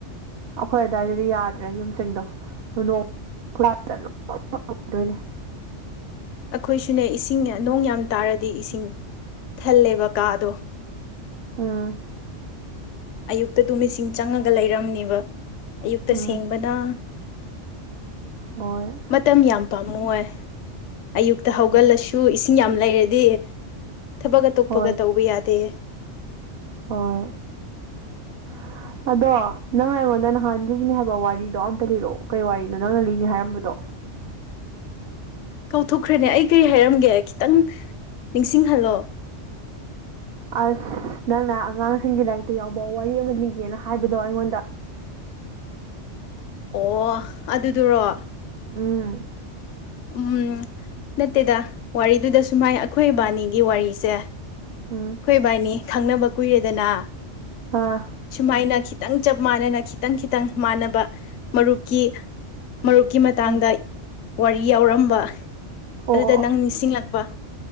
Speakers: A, on the right (about 60°); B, on the left (about 75°).
A: ꯑꯩꯈꯣꯏ ꯑꯗꯥꯋꯥꯏꯗꯗꯤ ꯌꯥꯗ꯭ꯔꯦ ꯌꯨꯝꯁꯤꯡꯗꯣꯡ ꯂꯣꯏꯗꯣꯏꯅꯦ
B: ꯑꯩꯈꯣꯏꯁꯨꯅꯦ ꯏꯁꯤꯡ ꯅꯣꯡ ꯌꯥꯝ ꯇꯥꯔꯗꯤ ꯏꯁꯤꯡ ꯊꯜꯂꯦꯕ ꯀꯥꯗꯣ
A: ꯎꯝ <inaudible>
B: ꯑꯌꯨꯛꯇꯗꯨ ꯃꯤꯁꯤꯡ ꯆꯪꯉꯒ ꯂꯩꯔꯝꯅꯦꯕ ꯑꯌꯨꯛꯇ
A: ꯎꯝ
B: ꯁꯦꯡꯕꯅ
A: ꯍꯣꯏ
B: ꯃꯇꯝ ꯌꯥꯝ ꯄꯥꯝꯃꯨꯏ ꯑꯌꯨꯛꯇ ꯍꯧꯒꯠꯂꯁꯨ
A: ꯍꯣꯏ
B: ꯏꯁꯤꯡ ꯌꯥꯝ ꯂꯩꯔꯗꯤ ꯊꯕꯛ ꯑ ꯇꯣꯛꯞꯄꯒ
A: ꯍꯣꯏ
B: ꯇꯧꯕ ꯌꯥꯗꯦ
A: ꯍꯣꯏ <inaudible> ꯑꯗꯣ ꯅꯪꯅ ꯑꯩꯉꯣꯟꯗ ꯅꯍꯥꯟ ꯂꯤꯅꯤ ꯍꯥꯏꯕ ꯋꯥꯔꯤꯗꯣ ꯑꯝꯇ ꯂꯤꯔꯛꯑꯣ ꯀꯩ ꯋꯥꯔꯤꯅꯣ ꯅꯪꯅ ꯂꯤꯅꯤ ꯍꯥꯏꯔꯝꯕꯗꯣ
B: ꯀꯧꯊꯣꯛꯈ꯭ꯔꯦꯅꯦ ꯑꯩ ꯀꯔꯤ ꯍꯥꯏꯔꯝꯒꯦ ꯈꯤꯇꯪ ꯅꯤꯡꯁꯤꯡꯍꯜꯂꯣ
A: ꯑꯁ ꯅꯪꯅ ꯑꯉꯥꯡꯁꯤꯡꯒꯤ ꯂꯥꯏꯔꯤꯛꯇ ꯌꯥꯎꯕ ꯋꯥꯔꯤ ꯑꯃ ꯂꯤꯒꯦꯅ ꯍꯥꯏꯕꯗꯣ ꯑꯩꯉꯣꯟꯗ
B: ꯑꯣ ꯑꯗꯨꯗꯨꯔꯣ
A: ꯎꯝ <inaudible> <unintelligible>
B: ꯎꯝ ꯅꯠꯇꯦꯗ ꯋꯥꯔꯤꯗꯨꯗ ꯁꯨꯃꯥꯏ ꯑꯩꯈꯣꯏ ꯏꯕꯥꯅꯤꯒꯤ ꯋꯥꯔꯤꯁꯦ
A: ꯎꯝ
B: ꯑꯩꯈꯣꯏ ꯕꯥꯏꯅꯤ ꯈꯪꯅꯕ ꯀꯨꯏꯔꯦꯗꯅ
A: ꯑꯥ
B: ꯁꯨꯃꯥꯏꯅ ꯈꯤꯇꯪ ꯆꯞ ꯃꯥꯟꯅꯅ ꯈꯤꯇꯪ ꯈꯤꯇꯪ ꯃꯥꯟꯅꯕ ꯃꯔꯨꯞꯀꯤ ꯃꯔꯨꯞꯀꯤ ꯃꯇꯥꯡꯗ
A: ꯑꯣ
B: ꯋꯥꯔꯤ ꯌꯥꯎꯔꯝꯕ
A: ꯑꯣ
B: ꯑꯗꯨꯗ ꯅꯪ
A: ꯑꯣ
B: ꯅꯤꯡꯁꯤꯡꯂꯛꯄ